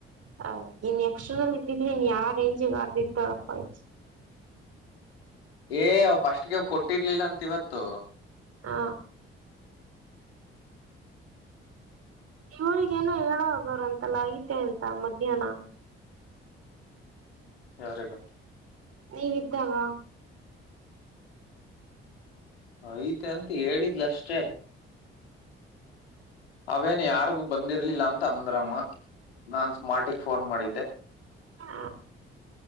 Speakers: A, on the right; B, on the left.
A: ಹ ಇನ್ ಎಕ್ಷಸ್ಲ್ಲಿ ಇದ್ದಿದ್ರಿ ನೀನ್ ಯಾವ ರೇಂಜಗ್ ಆರ್ರ್ಳಪ್ಪ ಆಯ್ತು
B: ಏ ಅವ ಪಫಸ್ಟ್ಗೆ ಅವ ಕೊಟ್ಟಿರ್ಲಿಲ್ಲ ಅಂತ ಇವತ್ತು
A: ಹಾ ಇವರಿಗೇನು ಹೇಳ ಹೋಗೋರು ಅಂತಲ್ಲ ಐತೆ ಎಂತ ಮಧ್ಯಾಹ್ನ
B: ಯಾರ ಗ
A: ನೀವ ಇದ್ದಾಗ
B: ಆಯ್ತ ಅಂತ ಹೇಳಿದ್ಲ ಅಷ್ಟೇ
A: <inaudible>
B: ಅವೇನು ಯಾರಿಗು ಬಂದಿರ್ಲಿಲ್ಲ ಅಂತ ಅಂದ್ರಮ್ಮ ನಾನ್ ಸ್ಮಾರ್ಟಿಗೆ ಫೋನ್ ಮಾಡಿದ್ದೆ
A: ಆ